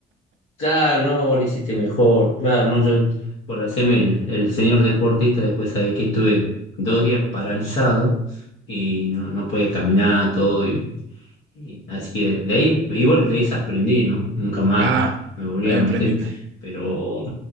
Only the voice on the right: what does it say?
Ah,
de ahí
aprendiste.